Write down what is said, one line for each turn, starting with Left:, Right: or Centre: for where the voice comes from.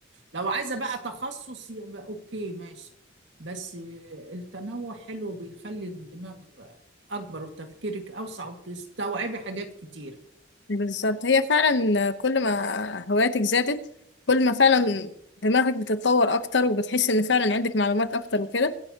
Right: لو عايزة بقى تخصص يبقى أوكي ماشي بس التنوع حلو بيخلي الدماغ أكبر وتفكيرك أوسع وتستوعبي حاجات كتيرة
Left: بالظبط هي فعلا كل ما هواياتك زادت كل ما فعلا دماغك بتتطور اكتر وبتحس ان فعلا عندك معلومات اكتر وكده